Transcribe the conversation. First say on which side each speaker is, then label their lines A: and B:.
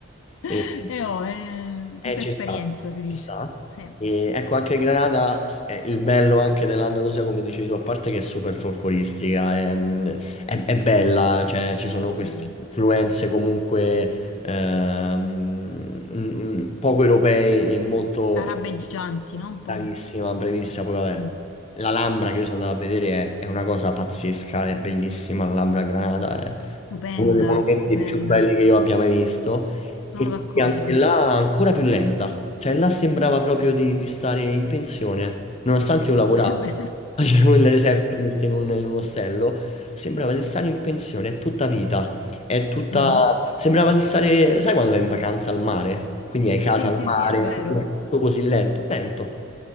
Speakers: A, on the left; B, on the left.
A: E,
B: <laughs> E ho, eh,
A: eh,
B: tutta
A: ci
B: esperienza,
A: sta,
B: si
A: ci
B: dice.
A: sta.
B: Sì,
A: E, ecco, anche Granada, s- è il bello anche dell'Andalusia, come dicevi tu, a parte che è super folcloristica, è, mm, è- è bella, cioè ci sono
B: bella.
A: queste influenze comunque ehm, mm, poco europei e molto
B: Arabeggianti,
A: e
B: no? Un po'.
A: bravissima, brevissima. Poi vabbè,
B: Mm.
A: la Lambra che io sono andato a vedere è, è una cosa pazzesca, è bellissima la Lambra a Granada, è
B: È stupenda,
A: uno dei monumenti
B: è stupenda.
A: più belli che io abbia mai visto.
B: Sono
A: E quindi
B: d'accordo.
A: anche là ancora più lenta, cioè là sembrava proprio di, di stare in pensione, nonostante io
B: <laughs>
A: lavoravo,
B: Sì, È vero.
A: <laughs> facevo il receptionist in un- in un ostello, sembrava di stare in pensione, è tutta vita. È tutta...
B: Mhm.
A: Sembrava di stare... Sai quando vai in vacanza al mare? Quindi hai casa
B: Sì,
A: al
B: sì,
A: mare,
B: sì, è vero.
A: quindi è tutto così lento. Lento.